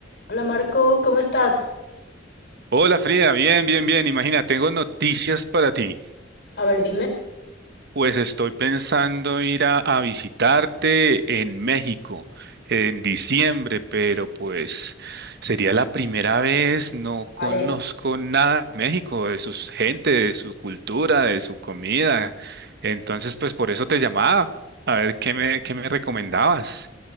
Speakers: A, on the left (about 65°); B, on the right (about 60°).
A: Hola Marco, ¿cómo estás?
B: Hola Frida, bien, bien, bien. Imagina, tengo noticias para ti.
A: A ver, dime.
B: Pues estoy pensando ir a, a visitarte en México en diciembre, pero pues sería la primera vez, no conozco
A: Vale,
B: nada de México, de su gente, de su cultura, de su comida. Entonces, pues por eso te llamaba, a ver qué me, qué me recomendabas.